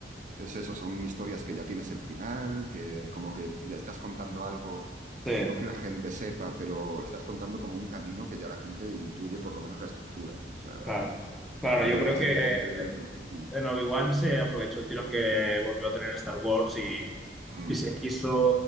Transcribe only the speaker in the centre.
sí,
claro. Claro,
yo
creo
que
en Obi-Wan se aprovechó el tirón que volvió a tener Star Wars y,
y se quiso